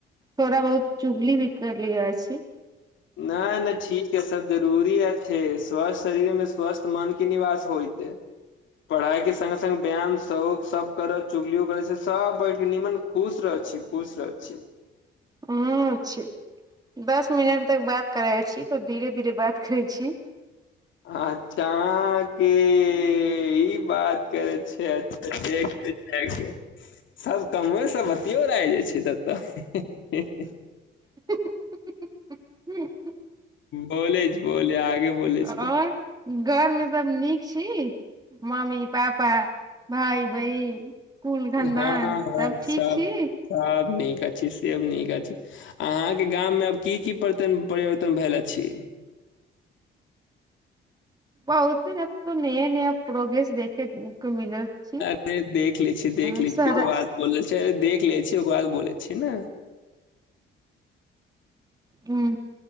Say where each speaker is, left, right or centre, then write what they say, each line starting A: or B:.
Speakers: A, on the right; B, on the left.
A: थोड़ा बहुत चुगली भी करलिय अछि
B: नहि नहि ठीक है सब जरूरी अछैे स्वस्थ शरीर मे स्वस्थ मन के निवास होयते पढ़ाई के संग संगगे व्यायाम शौक सब करत चुगलियो करै से सब बैठ निमन खुश रहऽ छी खुश रहऽ छी
A: ऊं छी दस मिनट तक बात करै अछि तऽ धीरे धीरे बात करै छी
B: अच्छा के ई बात करै छियछ देख <unintelligible> सब कमे सब बतियोर आबि जाइ छै ततऽ
A: <unintelligible>
B: बोलैछ बोलै आगे बोले छै
A: और घर मे सब नीक छी मम्मी पापा भाय बहिन कुल खन्दान
B: हँ हँ
A: सब ठीक छी
B: सब नीक अछि सेब नीक अछि अहाँके गाम मे आब की की पर परिवर्तन भेल अछि
A: बहुतिन अब तो नया नया प्रोग्रेस देखे के मिलल छी
B: अरे देख लै छी
A: बहुत
B: देख लै
A: सारा
B: छी ओकर बाद बोल छै अरे देख लै छी ओकर बाद बोलै छी न
A: हूं